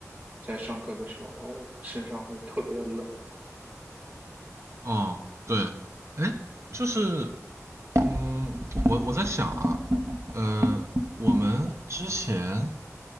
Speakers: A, on the right; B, on the right.
A: 在上课的时候身上会特别冷。
B: 哦，对，哎，就是嗯，我我在想啊，呃，我们之前